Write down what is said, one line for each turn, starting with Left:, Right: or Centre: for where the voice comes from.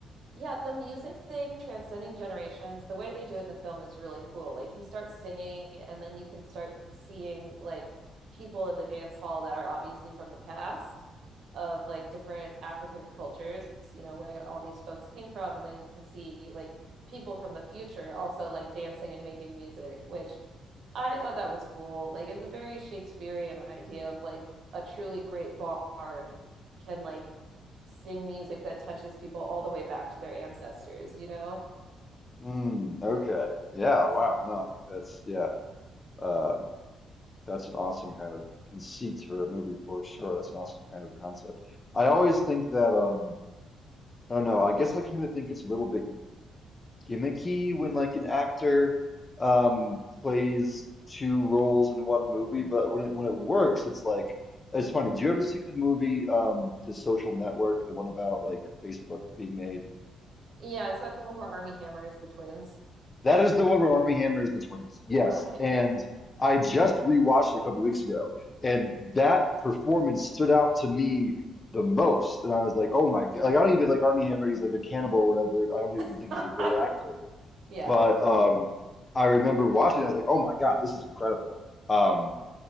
Right: Yeah, the music thing, transcending generations, the way they do it in the film is really cool. Like he starts singing, and then you can start seeing like people in the dance hall that are obviously from the past of like different African cultures, you know, where all these folks came from. And then you can see like people from the future also like dancing and making music, which I thought that was cool. Like it's a very Shakespearean idea of like a truly great bard can like sing music that touches people all the way back to their ancestors, you know?
Left: Mm, okay. Yeah. Wow.
Right: So,
Left: No, I mean that's yeah. Um, that's an awesome kind of conceit for a movie for sure. That's an awesome kind of concept. I always think that um, I don't know. I guess I kind of think it's a little bit gimmicky when like an actor um plays two roles in one movie, but when it when it works, it's like it's
Right: mhm.
Left: funny. Do you ever see the movie um, The Social Network, the one about like Facebook being made?
Right: Yeah, is that the one where Army Hammer is the twins?
Left: That is the one where Army Hammer is the twins. Yes.
Right: Okay.
Left: And I just rewatched it a couple weeks ago, and that performance stood out to me the most. And I was like, oh my God. Like, I don't even like Army Hammer. He's like a cannibal or whatever. And I don't even
Right: <laughs>
Left: think he's a great actor.
Right: Yeah.
Left: But um, I remember watching it. I was like, oh my God, this is incredible. Um,